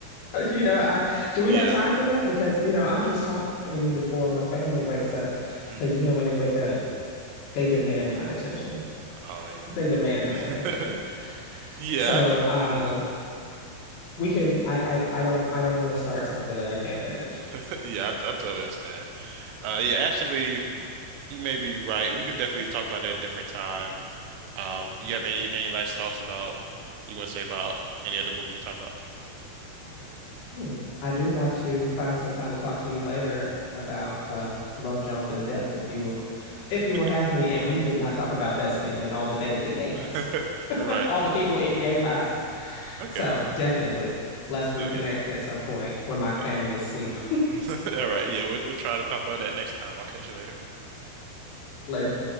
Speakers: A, on the left; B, on the right.
A: <laughs> you know, I do we
B: Yeah.
A: have time for that? Because, you know, I'm just talking to you before my family wakes up.
B: Mm.
A: Because, you know, when they wake up, they demand my attention.
B: Oh yeah.
A: they demand
B: <laughs>
A: my attention.
B: Yeah.
A: So, um,
B: I, mm.
A: we can I I I don't I don't want to start something that I can't finish.
B: <laughs> Yeah. I, I totally understand. Uh. Yeah. Actually, you may be right. We could definitely talk about that at a different time. Um. You have any any last thoughts about you want to say about any other movie we talk about?
A: Hmm. I do want to find some time to talk to you later about uh Love Jones in depth if you will <laughs> if you will
B: Okay.
A: have me. And we did not talk about Best Man and all the things it gave
B: <laughs>
A: us. <laughs>
B: Right.
A: All the people it gave us.
B: Okay.
A: So definitely, let's reconnect
B: So yeah.
A: at some point when my
B: Okay.
A: family is asleep
B: <laughs> All right. Yeah. We'll we'll try to talk about that next time. I'll catch you later.
A: <laughs> later.